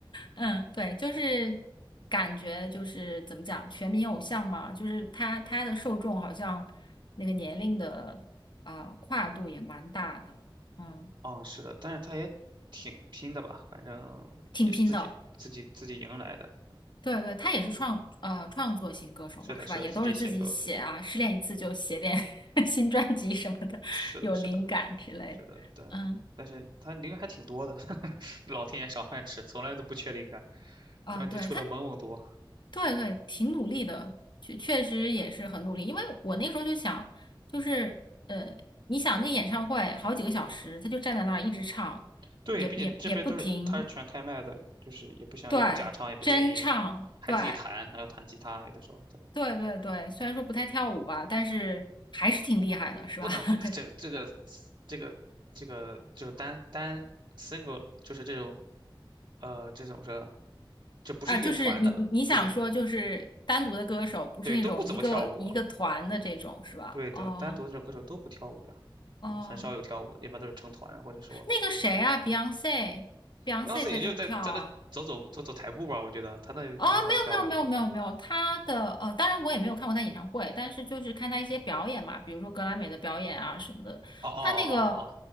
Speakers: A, on the left (about 60°); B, on the right (about 60°).
A: 嗯，对，就是感觉就是怎么讲，全民偶像嘛，就是他他的受众好像那个年龄的啊、跨度也蛮大的，嗯，
B: 啊、是的，但是他也挺拼的吧，反正也是自己自己自己迎来的。
A: 挺拼的。对对，他也是创呃创作型歌手嘛，
B: 是的，
A: 是吧？
B: 是的，
A: 也都是自己写啊，
B: 自己写歌。
A: 失恋一次就写点 <laughs> 新专辑什么的，<laughs>
B: 是的，
A: 有灵感之类的。
B: 是的，是的，但但是他灵感还挺多的，
A: 嗯，
B: <laughs> 老天爷赏饭吃，从来都不缺灵感。
A: 啊，
B: 专辑出的猛猛多，
A: 对，他，对对，挺努力的，确确实也是很努力。因为我那时候就想，就是呃，你想那演唱会好几个小时，他就站在那儿一直唱，
B: 对，
A: 也也也不停，
B: 并且这边都是他是全开麦的，就是也不想也不假唱也不电音，
A: 对，真唱，
B: 还自己弹，
A: 对
B: 还要弹吉他，有的时候还在那。
A: 对对对。虽然说不太跳舞吧，但是还是挺厉害的，是吧？
B: 不能不的，
A: <laughs>
B: 这个这个这个这个就是单单 single 就是这种呃，这怎么说？就不是乐团的，
A: 啊，就是你你你想说就是单独的歌手，
B: 就是
A: 不是那种一个一个团的这种是吧？
B: 对都不怎么跳舞，对的，
A: 哦
B: 单独这种歌手都不跳舞呀，
A: 哦，
B: 呃很少有跳舞的，一般都是成团的，或者说
A: 那个谁啊，Beyonce，Beyonce
B: Beyonce
A: 她就跳啊。
B: 也就在在那走走走走台步吧，我觉得他那也不能算跳舞吧。
A: 哦，没有没有没有没有没有，她的呃，当然我也没有看过她演唱会，但是就是看她一些表演嘛，比如说格莱美的表演啊什么的。
B: 哦哦哦哦哦哦，
A: 她那个，